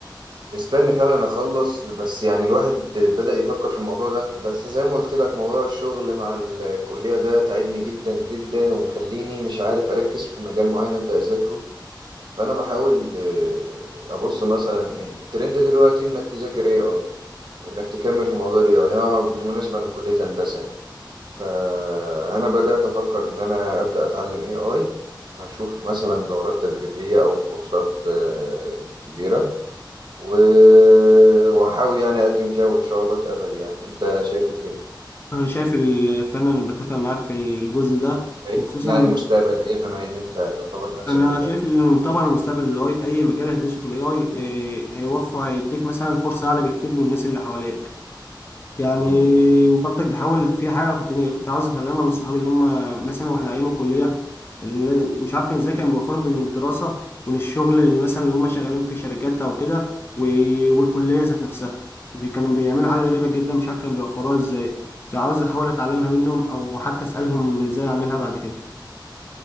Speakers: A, on the right; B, on the left.
A: مستني فعلا اخلص بس يعني الواحد بدأ يفكر في الموضوع ده بس زي ما قلت لك موضوع الشغل مع الكلية ده تعبني جدا جدا ومخليني مش عارف اركز في مجال معين ابدأ اذاكره فانا بحاول آه، ابص مثلا يعني الترند دلوقتي انك تذاكر اي اي وانك تكمل في موضوع الاي اي انا بالمناسبة انا في كلية هندسة يعني فانا بدأت افكر ان انا ابدأ اتعلم اي اي وهشوف مثلا دورات تدريبية او كورسات آه، كبيرة و- وأحاول يعني أقدم فيها وإن شاء الله أتقبل يعني أنت شايف الدنيا
B: أنا شايف ال- فعلا أنا بتفق معاك في الجزء ده
A: شايف
B: وخصوصا
A: لي يعني مستقبل إيه بما إن أنت يعتبر نفس
B: أنا
A: المجال
B: شايف
A: يعني
B: إن طبعا المستقبل ال AI أي مجال هتدرسه في ال AI إيه، هيوفر هيديك مثلا فرصة أعلى بكتير من الناس اللي حواليك. يعني
A: مم.
B: وبرضك بحاول في حاجة كنت كنت عاوز أتعلمها من صحابي اللي هم مثلا وإحنا أيام الكلية اللي مش عارف كان إزاي كانوا بيوفروا بين الدراسة وبين الشغل اللي مثلا اللي هم شغالين في شركات أو كده و- والكلية ذات نفسها بي- كانوا بيعملوا حاجة غريبة جدا مش عارف كانوا بيوفروها إزاي كنت عاوز أحاول أتعلمها منهم أو حتى أسألهم إزاي أعملها بعد كده